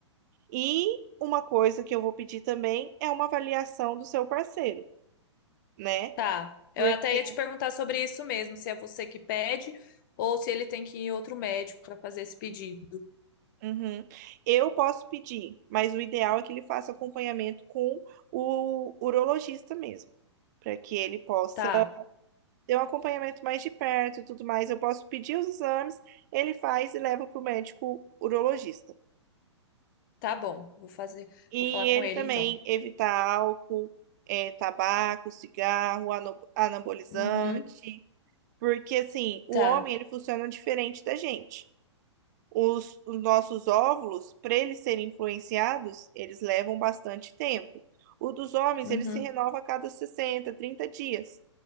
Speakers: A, on the right; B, on the left.
A: E uma coisa que eu vou pedir também é uma avaliação do seu parceiro, né?
B: Tá. Eu
A: Porque
B: até ia te perguntar sobre isso mesmo, se é você que pede ou se ele tem que ir em outro médico para fazer esse pedido.
A: uhum, eu posso pedir, mas o ideal é que ele faça acompanhamento com o urologista mesmo, para que ele possa
B: Tá,
A: ter um acompanhamento mais de perto e tudo mais. Eu posso pedir os exames, ele faz e leva para o médico urologista.
B: tá bom. Vou fazer,
A: E
B: vou falar com
A: ele
B: ele
A: também
B: então.
A: evitar álcool, eh, tabaco, cigarro, ano- anabolizante.
B: Uhum,
A: Porque, assim, o
B: tá.
A: homem, ele funciona diferente da gente. Os, os nossos óvulos, para eles serem influenciados, eles levam bastante tempo. O dos homens,
B: Uhum.
A: ele se renova a cada 60 30 dias,